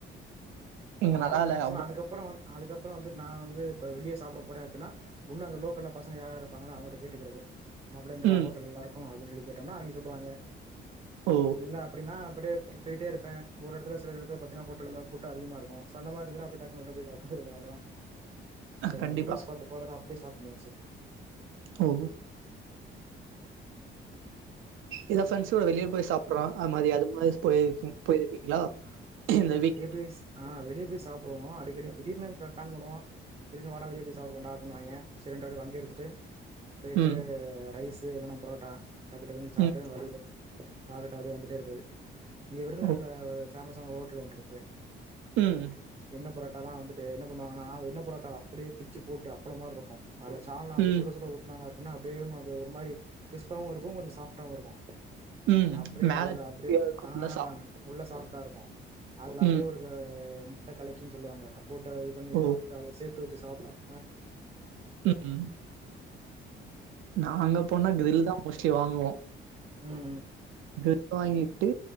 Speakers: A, on the right (about 80°); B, on the right (about 25°).
A: இங்க
B: நானா
A: நல்லா இல்ல.
B: மேக்சிமம்
A: அவ்ளோ
B: அதுக்கப்புறோ வந்து அதுக்கப்புறோ வந்து நா வந்து இப்ப வெளியே சாப்பிட போறே அப்படின்னா உண்ணு அங்க லோக்கல்ல பசங்க யாரா இருப்பாங்கன்னா அவுங்கட கேட்டுக்கறது மாப்ள எங்கடா
A: ம்.
B: ஹோட்டல் நல்ல இருக்கு அப்டின்னு சொல்லி கேட்டோம்னா அவிங்க சொல்லுவாங்கே
A: ஓ
B: இல்ல அப்டின்னா அப்டியே போய்ட்டே இருப்பே ஒரு இடத்து சில இடத்துல பத்தினன்னா போல கூட்ட அதிகமா இருக்கு சோ அந்த மாதிர இருந்து டக்குனு உள்ள போய சப்பிடாது அவ்ளதா சார்
A: கண்டிப்பா.
B: உ ரிவூஸ் பாத்து போறத அப்படியே ஸ்டாப் பண்ணியாச்சு
A: ஓ இதான் ஃப்ரெண்ட்ஸ் கூட வெளியில போய் சாப்பிடுறோ அது மாதிரி அது மாதிர போயிரு போயிருக்கீங்களா இந்த
B: ஆ
A: வீக்
B: வெளிய சா ஆ வெளிய போய் சாப்பிடுவோ அடிக்கடி திடீர்ன்னு பிளான் போடுவோ திடீர்னு வாடா வெளியே போய் சாப்பிடுவோ அப்பிடினுவாங்க சரின்னுட அப்டே வண்டி எடுத்துட்டு போயிட்டு
A: ம்.
B: ரைசு இல்லன்னா பரோட்டா டக்கு டக்குன்னு சாப்ட்டு
A: ம்.
B: வழில சாப்ட்டு அப்படியே வந்துட்டே இருக்குது இங்க விருதுநகர்ல
A: ஓ!
B: ஒரு பேமஸ் ஆனா ஹோட் ட்டல் ஒன்னு இருக்கு
A: ம்,
B: எண்ண பரோட்டாலா வந்துட்டு என்ன பண்ணுவாங்கன்னா என்ன பரோட்டாவ அப்டியே பிச்சு போட்டு அப்பளோ மாதிரி இருக்கு அதுல சால்நா அப்படியே
A: ம்,
B: சுட சுட ஊத்தினாங்க அப்டினா அப்டியே அது ஒரு மாதிரி கிரிஸ்பாகவு இருக்கு கொஞ்சொ சாஃப்டாவு இருக்கு
A: ம்.
B: அப்படியே
A: மேல
B: அதுல
A: கிறிஸ்பியா
B: அப்படியே
A: இருக்கும்.
B: ஆஹ்
A: உள்ள சாஃப்ட்.
B: உள்ள சாஃப்ட்டா இருக்கு அதுல அப்டியே
A: ம்.
B: ஒரு முட்டை கலக்கின்னு சொல்லுவாங்க போட்ட இது பண்ணி
A: ஓ!
B: சா அத சேர்த்து வச்சு சாப்பிறானுங்க
A: ம் நா அங்க போனா கிரில்லு தா மோஸ்ட்லி வாங்குவோ
B: உ உ
A: கிரில் வாங்கிட்டு